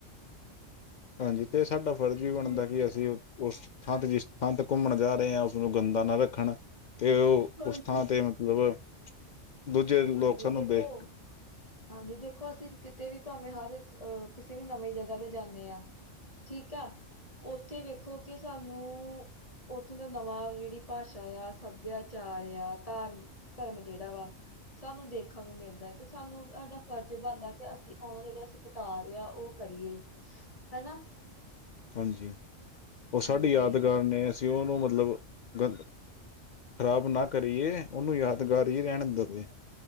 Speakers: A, on the left; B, on the left.
A: ਹਾਂਜੀ, ਤੇ ਸਾਡਾ ਫਰਜ਼ ਵੀ ਬਣਦਾ
B: ਹਾਂਜੀ,
A: ਕਿ ਅਸੀਂ ਉਸ ਥਾਂ ਤੇ, ਜਿਸ ਥਾਂ ਤੇ ਘੁੰਮਣ ਜਾ ਰਹੇ ਆ, ਉਸਨੂੰ ਗੰਦਾ ਨਾ ਰੱਖਣ। ਤੇ ਉਹ,
B: ਹਾਂਜੀ।
A: ਉਸ ਥਾਂ ਤੇ ਮਤਲਬ ਦੂਜੇ ਲੋਕ
B: ਹਾਂਜੀ,
A: ਸਾਨੂੰ
B: ਦੇਖੋ
A: ਦੇਖ
B: ਹਾਂਜੀ ਦੇਖੋ ਅਸੀਂ ਕਿਤੇ ਵੀ, ਭਾਵੇਂ ਹਰ ਅਹ ਕਿਸੇ ਵੀ ਨਵੀਂ ਜਗ੍ਹਾ ਤੇ, ਜਾਂਦੇ ਆ ਠੀਕ ਆ ਉੱਥੇ ਵੇਖੋ, ਕਿ ਸਾਨੂੰ ਉੱਥੋਂ ਦਾ ਨਵਾਂ, ਜਿਹੜੀ ਭਾਸ਼ਾ ਆ ਸੱਭਿਆਚਾਰ, ਆ ਧਾਰਮਿਕ ਧਰਮ ਜਿਹੜਾ ਵਾ ਸਾਨੂੰ ਦੇਖਣ ਨੂੰ ਮਿਲਦਾ ਹੈ, ਤੇ ਸਾਨੂੰ ਸਾਡਾ ਫਰਜ਼ ਬਣਦਾ ਕਿ ਅਸੀਂ ਉਹ ਜਿਹੜਾ, ਸਤਿਕਾਰ ਆ ਉਹ ਕਰੀਏ ਹਨਾ।
A: ਹਾਂਜੀ, ਉਹ ਸਾਡੇ
B: ਹਾਂਜੀ,
A: ਯਾਦਗਾਰ ਨੇ ਜੇ ਉਹਨੂੰ ਮਤਲਬ, ਗੰਦ ਖ਼ਰਾਬ ਨਾ ਕਰੀਏ ਉਹਨੂੰ ਯਾਦ ਗੰਦ ਹੀ ਰਹਿਣ ਦੇ ਉਥੇ,